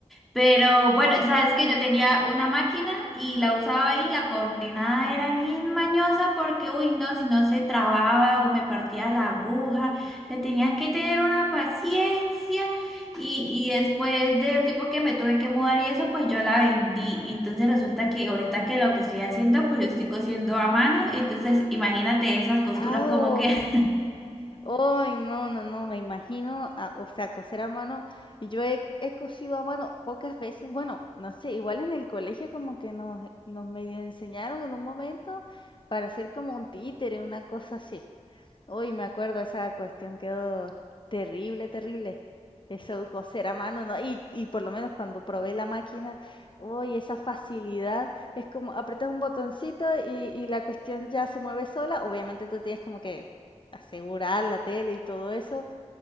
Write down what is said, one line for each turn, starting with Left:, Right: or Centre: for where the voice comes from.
Centre: Pero bueno, sabes que yo tenía una máquina y la usaba y la condenada era bien mañosa porque, uy, no, si no se trababa o me partía la aguja, le tenía que tener una paciencia. Y, y después del tiempo que me tuve que mudar y eso, pues yo la vendí. Entonces resulta que ahorita que lo que estoy haciendo, pues estoy cosiendo a mano. Entonces imagínate esas costuras
Left: Ah, oh.
Centre: como que
Left: Ay, no, no, no, me imagino, ah, o sea, coser a mano. Y Yo he, he cosido a mano pocas veces, bueno, no sé, igual en el colegio como que nos, nos medio enseñaron en un momento para hacer como un títere, una cosa así. Uy, me acuerdo, esa cuestión quedó terrible, terrible. Eso coser a mano, ¿no? Y, y por lo menos cuando probé la máquina, uy, esa facilidad. Es como apretas un botoncito y, y la cuestión ya se mueve sola. Obviamente tú tienes como que asegurar la tele y todo eso,